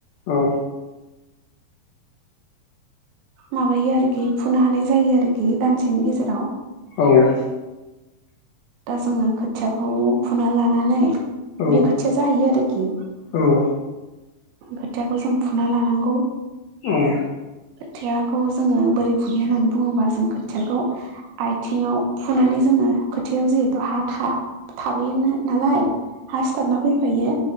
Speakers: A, on the left; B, on the right.
A: औ
B: माबायो आरोखि फुनो हानाय जायो आरोखि दानसेनि गेजेराव।
A: औ
B: दा जोङो खोथियाखौ फुना लानानै।
A: औ
B: बे खोथिया जाहैयो आरोखि।
A: औ उम
B: खोथियाखौ जों फुना लानांगौ
A: अम
B: खोथियाखौ जोङो बोरै फुयो होननानै बुङोबा जों खोथियाखौ आयथिङाव। फुनानै जोङो खोथियाव जिहेथु हा था थाबोयो नालाय। हा सिथाबना फैफायो